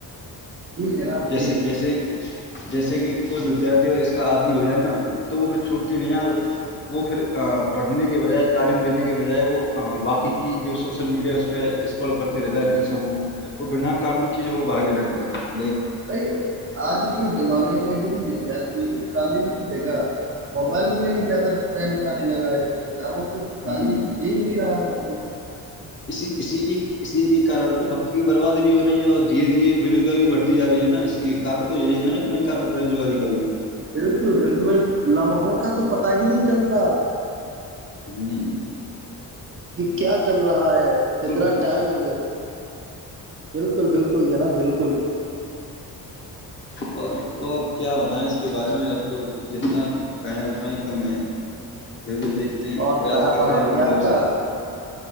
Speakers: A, on the right; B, on the left.
A: جی جناب
B: جیسے
A: ج
B: جیسے جیسے کہ کوئی ودیارتی اگر اس کا عادی ہو جائے نا تو وہ پھر چھوٹتی نہیں ہے عادت وہ پھر پڑھنے کے بجائے تعلیم لینے کے بجائے وہ باقی کی جو سوشل میڈیا اس پہ اسکرول کرتے رہتا ہے انسٹا کو وہ بنا کام کی چیزوں کو بھگ نے گتا ہیں
A: بائی آج کے زمانے میں جوک ودارتھی ک تعلیم کی جگہ موبائل پہ ہی زیادہ ٹائم بتانے لگا ہے <inaudible> دعوتوں کی
B: ہوں
A: تعلیم دی نہیں رہا ہے ان کو
B: اسی اسی کے اسی کے کن تو بکت کی برباد بھی ہو رہی ہے اور دھیرے دھیرے بےروزگاری بھی بڑھتی ج رہی ہے نا اسی ایک کارن تو یہی ہے نا ایک مین کادن بےروزگاری کا بھی
A: بالکل بالکل بھائی لمحوں کا تو پتا ہی نہیں چلتا
B: ہ <unintelligible>
A: کہ کیا چل رہا ہے کتنا
B: کے۔
A: ٹائم ہو گیا بالکل <unintelligible> بالکل بالکل جناب بالکل
B: اور وہ کیا بتائیں اس کے بارے میں اب تو جتنا کہیں اتنا ہی کم ہے پھر بھی دیکھتے ہیں
A: اور
B: پریاس
A: کھانا
B: کر
A: پانا
B: رہے ہیں
A: ہو
B: اپنی
A: گیا
B: طور
A: آپ کا
B: سے